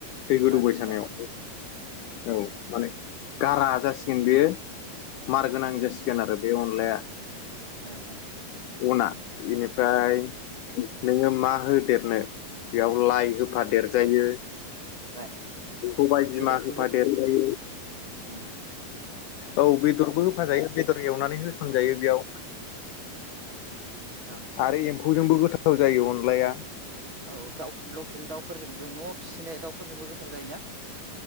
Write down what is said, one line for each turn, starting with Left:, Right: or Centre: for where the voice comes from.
Left: दै गोदौबाय
Right: आदसा
Left: थानायाव
Right: आदसा
Left: औ माने गारा जासिगोन बेयो मार गोनां जासिगोन आरो बे अनलाया
Right: ओ - ओ
Left: अना इदिनो प्राय नोङो मा होदेरनो बेयाव लाइ होफा देरजायो
Right: बाय औ
Left: सबाय बिमा
Right: बेदरफोरबो
Left: होफादेरजायो
Right: उम
Left: औ बेदरबो होफा जायो बेदर एवनानै हो होसनजायो बेयाव
Right: औ
Left: आरो एम्फौजोंबो गोथाव
Right: -
Left: जायो अनलाया
Right: औ दाल लकेल दाउ फोरफोरजोंबो नआव फिसिनाय दाउफोरजोंबो गोथार जायोना